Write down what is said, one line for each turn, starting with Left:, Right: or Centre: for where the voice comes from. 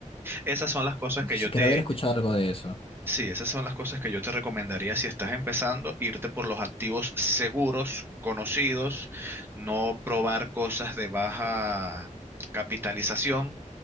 Right: esas son las cosas que
Left: Sí,
Right: yo te
Left: quiero haber escuchado algo de eso.
Right: Sí, esas son las cosas que yo te recomendaría si estás empezando, irte por los activos seguros, conocidos, no probar cosas de baja capitalización